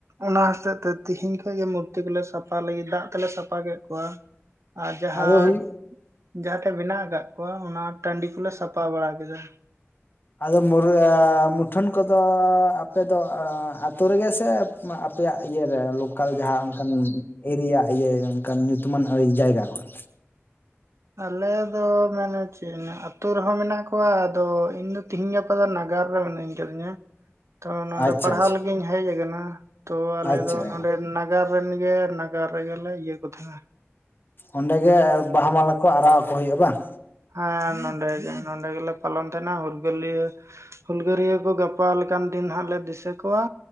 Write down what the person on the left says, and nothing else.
ᱟᱫᱚ ᱦᱩᱭᱩᱜ
ᱟᱫᱚ ᱢᱩᱰᱨᱟᱹ ᱟ ᱢᱩᱴᱷᱟᱹᱱ ᱠᱚᱫᱚ ᱟᱯᱮᱫᱚ ᱟᱛᱳ ᱨᱮᱜᱮ ᱥᱮ ᱢᱟ ᱟᱯᱮᱭᱟᱜ ᱤᱭᱟᱹᱨᱮ ᱞᱳᱠᱟᱞ ᱡᱟᱦᱟᱸ ᱚᱱᱠᱟᱱ ᱮᱨᱤᱭᱟ ᱤᱭᱟᱹ ᱚᱱᱠᱟᱱ ᱧᱩᱛᱩᱢᱟᱱ ᱡᱟᱭᱜᱟ ᱠᱚᱨᱮ
ᱟᱪᱪᱷᱟ
ᱟᱪᱪᱷᱟ
ᱟᱪᱪᱷᱟ
ᱚᱸᱰᱮ ᱜᱮ ᱵᱟᱦᱟ ᱢᱟᱞᱟ ᱠᱚ ᱟᱨᱟᱣ ᱟᱠᱚ ᱦᱩᱭᱩᱜᱼᱟ ᱵᱟᱝ?